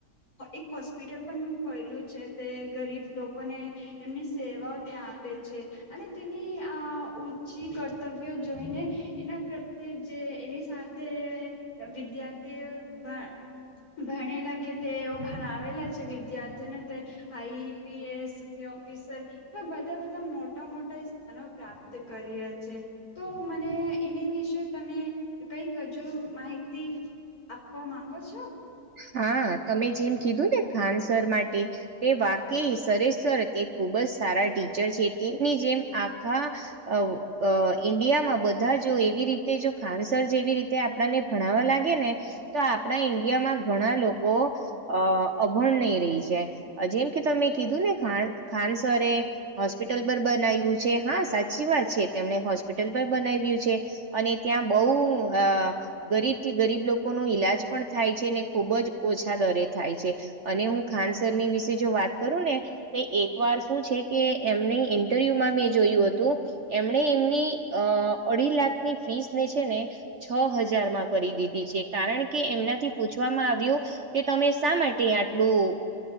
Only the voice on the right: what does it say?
હા તમે જેમ કીધું ને ખાનસર માટે તે વાકે સરે સર તે ખૂબ જ સારા ટીચર છે તેમની જેમ આખા અવ અહ ઇન્ડિયામાં બધા જો એવી રીતે જો ખાનસર જેવી રીતે આપણને ભણાવવા લાગે ને તો આપણા ઈન્ડિયામાં ઘણા લોકો અહ અભણ નહી રહી જાય જેમ કે તમે કીધું ને ખાન ખાનસરે હોસ્પિટલ પર બનાવ્યું છે હા સાચી વાત છે તેમણે હોસ્પિટલ પણ બનાવ્યું છે. અને ત્યાં બહુ અહ ગરીબ થી ગરીબ લોકો નો ઈલાજ પણ થાય છે ને ખુબ જ ઓછા દરે થાય છે અને હું ખાનસરની વિશે જો વાત કરું ને તે એક વાર શું છે કે એમની ઇન્ટરવ્યુમાં મેં જોયું હતું. એમણે એમની અ અડી લાખની ફીસ ને છે ને છ હજારમાં કરી દીધી છે. કારણ કે એમનાથી પૂછ વામા આવ્યું કે તમે શા માટે આટલું